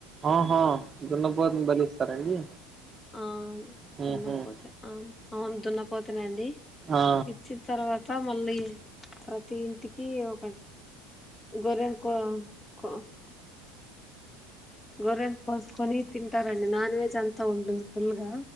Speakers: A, on the right; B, on the left.
A: ఆహా దన్నపోతుని బలిస్తారండి
B: ఆను
A: మ్మ్
B: దున్నపోతే
A: హ్మ్
B: ఆ అవును దున్నపోతనండి
A: ఆ
B: ఇచ్చిన తర్వాత మళ్ళీ ప్రతి ఇంటికి ఒక గొర్రెను కో గొర్రె ను కోసుకొని తింటారండి నాన్ వెజ్ అంతా ఉంటుంది ఫుల్ గా